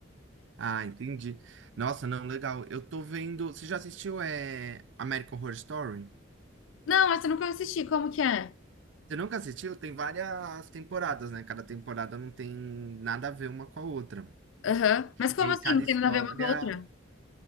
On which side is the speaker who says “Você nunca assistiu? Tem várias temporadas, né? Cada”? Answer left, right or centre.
Right